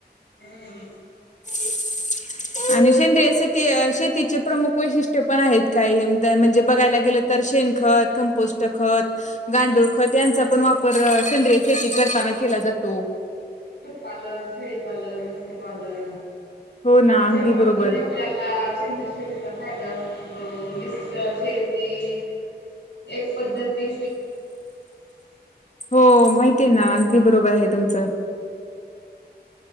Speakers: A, on the left; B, on the left.
A: हम.
B: <inaudible> आणि सेंद्रिय शेती शेतीचे प्रमुख वैशिष्ट्य पण आहेत काही म्हणजे बघायला गेलं. तर शेन खत, कंपोष्ट खत. गांडूळ खत यांचा पण वापर सेंद्रिय शेती करताना केला जातो.
A: कुकुट पालन, शेळी पालन, मस्त पालन.
B: हो ना
A: त्याच्यामुळे
B: अगदी बरोबर
A: कोणी आपल्याला सेंद्रिय शेती. शेतीचा फायदा मि्र शेती एक पद्धती.
B: हो माहिती आहे ना अगदी बरोबर आहे तुमचं.